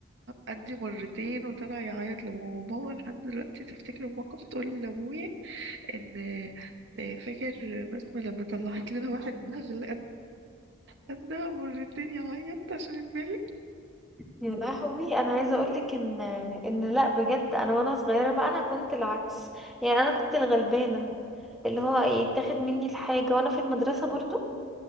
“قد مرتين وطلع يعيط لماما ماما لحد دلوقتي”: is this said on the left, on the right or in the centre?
Right